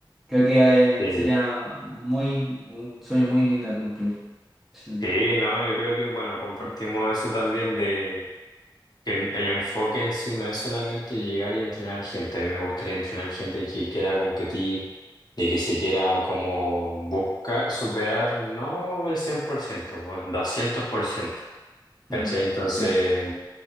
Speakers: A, in the centre; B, on the left (about 55°).
A: Creo que
B: sí,
A: eh, sería muy, un sueño muy lindo de cumplir. Sí.
B: sí, ¿no? Yo creo que, bueno, compartimos
A: Mm,
B: eso también de que n- el enfoque en sí no es solamente llegar y entrenar gente. A mí me gustaría entrenar gente que quiera competir, de que se quiera como buscar superar, no el 100% un 200%. ¿Cachai?
A: mm,
B: Entonces.
A: sí,